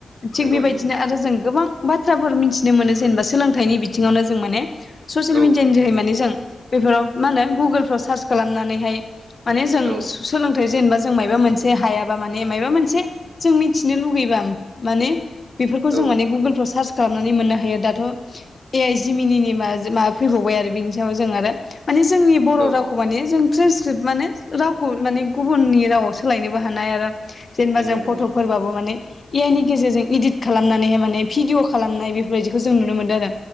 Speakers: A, on the left; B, on the right.
A: थिग
B: नंगौ
A: बेबायदिनो
B: नंगौ
A: आरो जों गोबां बाथ्राफोर मिथिनो मोनो जेनेबा सोलोंथाइनि बिथिङावनो जों माने ससियेल
B: औ
A: मिडिया नि जोहै माने जों बेफोराव मा होनदों गुगुलफोराव चार्स खालामनानै हाय माने जों
B: औ
A: सोलोंथाइ जेनेबा जों मायबा मोनसे हायाबा माने मायबा मोनसे जों मिथिनो लुुबैबा माने बेफोरखौ जों
B: औ
A: माने गुगोलफ्राव सार्च खालामनानै मोननो हायो दाथ' ए आइ जि मिनिनि माबा फैबावबाय आरो बिनि सायाव जों आरो माने जोंनि बर'
B: औ
A: रावखौ माने जों ट्रेन्सक्रिप्ट माने रावखौ माने गुबुननि रावाव सोलायनोबो हानाय आरो जेनेबा
B: नंगौ
A: जों
B: नंगौ
A: फट'फोरबाबो माने ए आइ नि गेजेरजों इदित खालामनानैहाय माने भिडिअ खालामनाय बेफोरबायाददिखौ जों नुनो मोन्दों आरो।